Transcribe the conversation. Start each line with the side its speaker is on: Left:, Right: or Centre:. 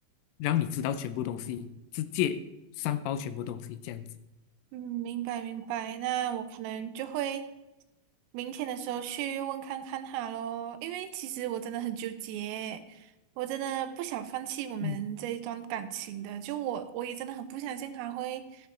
Left: 让你知道全部东西，直接上报全部东西这样子。
Right: 嗯，明白明白，那我可能就会明天的时候去问看看他喽。因为其实我真的很纠结，我真的不想放弃我们这一段感情的，
Left: 嗯
Right: 就我我也真的很不相信他会，